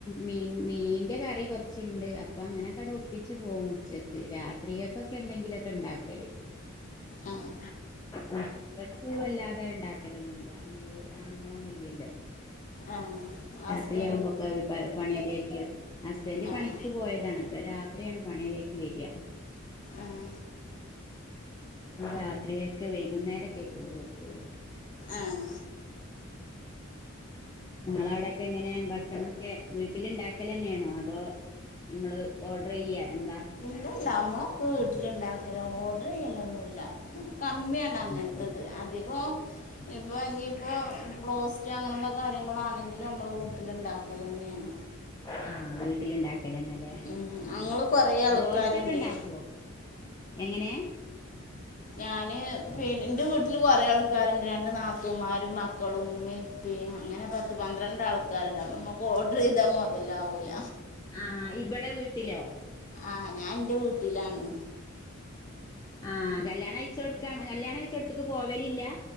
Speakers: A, on the left; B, on the left.
A: മീ മീന്റെ കറി കുറച്ചുണ്ട് അപ്പൊ അങ്ങനെക്കെ ഒപ്പിച്ച് പോകും ഉച്ചക്ക് രാത്രിയൊക്കൊക്കെ എന്തെങ്കിലുമൊക്കെ ഉണ്ടാക്കല്
B: ആഹ്
A: ഉം <unintelligible> ഉച്ചക്ക് വല്ലാതെ ഉണ്ടാക്കലൊന്നുമല്ല നമ്മള് ആണുങ്ങളൊന്നും ഇല്ലല്ലോ
B: ആഹ് ഹസ്
A: രാത്രിയാവുമ്പൊക്കെ പണി മതിയാക്കി ഹസ്ബൻഡ്
B: ആഹ്
A: പണിക്കു പോയതാണ് അപ്പൊ രാത്രിയാണ് പണിയൊക്കെ കഴിഞ്ഞ് വരിക
B: ആഹ്
A: രാത്രിയൊക്കെ വൈകുന്നേരൊക്കെ ചോറ് വെക്കുള്ളൂ
B: ആഹ്
A: നിങ്ങളവിടൊക്കെ എങ്ങനെ ഭക്ഷണൊക്കെ വീട്ടില് ഉണ്ടാക്കൽ തന്നെയാണോ അതോ നമ്മള് ഓർഡർ ചെയ്യ എന്താ
B: അല്ലല്ല നമ്മൾഒക്കെ വീട്ടിലുണ്ടാക്കല്ലാ ഓർഡർ ചെയ്യലൊന്നുമില്ല കമ്മിയാണ് അങ്ങനത്തത്
A: ഇല്ലല്ലേ
B: അധികം ഇപ്പോൾ ഇനിയിപ്പോൾ ബ്രോ സ്റ്റ്. അങ്ങനെയുള്ള കാര്യങ്ങളാണെങ്കിൽ നമ്മൾ വീട്ടില് ഉണ്ടാക്കൽ തന്നെയാണ്
A: ആഹ് വീട്ടിലുണ്ടാക്ക ക്കലന്നല്ലേ
B: ഉം
A: ആ
B: ഞങ്ങള് കൊറേ ആൾക്കാരുണ്ടേ
A: ബ്രോസ്റ്റ് ഒക്കെ ഉണ്ടാക്കുവോ എങ്ങനെ
B: ഞാന് എന്റെ വീട്ടില് കൊറെ ആൾക്ക ആൾക്കാരുണ്ട് രണ്ട് നാത്തൂമാരും മക്കളും ഉമ്മയും ഉപ്പേം അങ്ങനെ പത്ത് പന്ത്രണ്ട് ആൾ ക്കാരുണ്ട് അപ്പൊ നമുക്ക് ഓർഡർ ചെയ്താ മുതലാവൂല
A: ആ ഇവിടെ വീട്ടിലോ
B: ആഹ് ഞാൻ ഇന്റെ വീട്ടിലാണ്
A: ആഹ് കല്യാണം കഴിച്ച കൊടുക്കാണ് കല്യാണം കഴിച്ച കൊടുത്തക്ക് പോവലില്ല